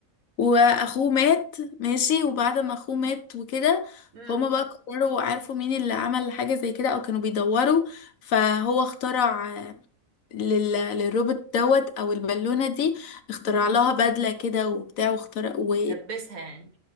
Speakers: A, on the left; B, on the right.
A: واخوه مات ماشي وبعد ما اخوه مات وكده
B: امم
A: هما بقى قرروا عارفوا مين اللي عمل حاجة زي كده او كانوا بيدوروا فهو اخترع آه، لل... للروبوت دوت او البالونة دي اخترع لها بدلة كده وبتاع واخترع و
B: لبسها يعني